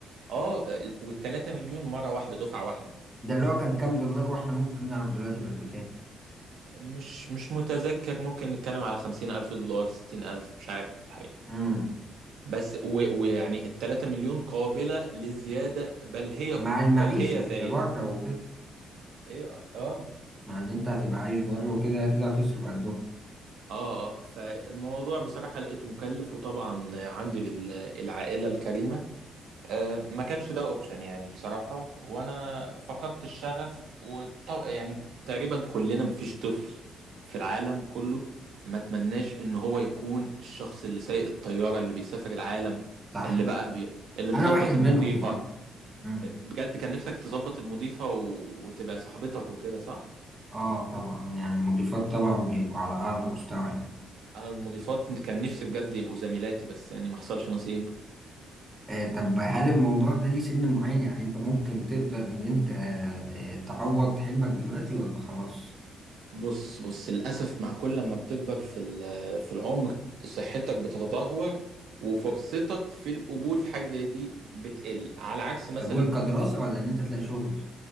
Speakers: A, on the right (about 75°); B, on the right (about 20°).
A: اه وال 3 مليون مرة واحدة دفعة واحدة
B: ده اللي هو كان كام دولار واحنا ممكن نعرف دلوقتي بقت بكام
A: مش مش متذكر ممكن نتكلم على 50 ألف دولار 60 ألف مش عارف الحقيقة
B: امم
A: بس و- ويعني ال 3 مليون قابلة للزيادة بل هي
B: مع المعيشة
A: بل هي زايد
B: اللي بره وكده
A: ايه اه
B: مع ان انت هتبقى عايش بره وكده كده هتصرف قدهم
A: اه فالموضوع بصراحة لقيته مكلف وطبعا عندي للعائلة الكريمة آه ما كانش ده اوبشن يعني بصراحة وانا فقدت الشغف وط... يعني تقريبا كلنا مفيش طفل في العالم كله ما تمناش ان هو يكون الشخص اللي سايق الطيارة اللي بيسافر العالم
B: صح
A: اللي بقى بي... اللي مظبط
B: انا واحد منهم
A: المضيفة
B: برضه امم
A: بجد كان نفسك تظبط المضيفة و... وتبقى صاحبتك وكده صح؟
B: اه طبعا يعني المضيفات طبعا بيبقوا على اعلى مستوى يعني
A: انا المضيفات كان نفسي بجد يبقوا زميلاتي بس يعني ما حصلش نصيب
B: آه طب هل الموضوع ده ليه سن معين يعني انت ممكن تقدر ان انت آه تعوض حلمك دلوقتي ولا خلاص
A: بص بص للأسف مع كل ما بتكبر في ال- في العمر صحتك بتتدهور وفرصتك في القبول في حاجة زي دي بتقل على عكس مثلا
B: قبول كدراسة ولا ان انت تلاقي شغل